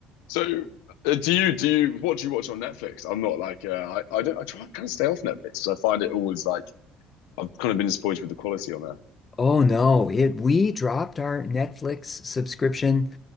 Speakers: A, on the left; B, on the left.
A: So, uh, do you do you what do you watch on Netflix? I'm not like uh, I I don't I try and kind of stay off Netflix because I find it always like I've kind of been disappointed with the quality on
B: Oh no, it we dropped our Netflix subscription.